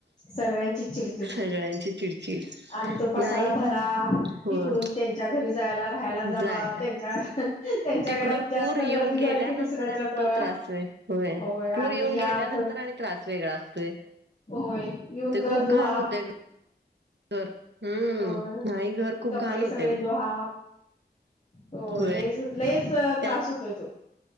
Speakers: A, on the left; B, on the right.
A: सगळ्यांची चिड
B: सगळ्यांची चिडचिड
A: आणि तो पसारा
B: नाही
A: भरा
B: होय
A: इकडून त्यां त्यांच्या घरी जायला राहायला जावा
B: जायला
A: त्यांच्या त्यांच्या
B: तिकडून
A: घरात जास्त
B: पूर येऊन
A: गर्दी
B: गेल्यानंतर
A: झाली की दुसऱ्यांच्या
B: आणि
A: जावा
B: तो त्रास होय
A: होय
B: पूर
A: आणि
B: येऊन
A: या
B: गेल्यानंतर
A: घ
B: आणि त्रास वेगळा असतोय
A: होय येऊन
B: ते
A: घर
B: खूप
A: धुहा
B: घाण होते घर हम्म
A: होर
B: नाही घर खूप
A: कपडे
B: घाण होते
A: सगळे
B: म्हणे
A: दुहा हो
B: होय
A: लेस लेस त्रास
B: त्यात
A: होतोय तो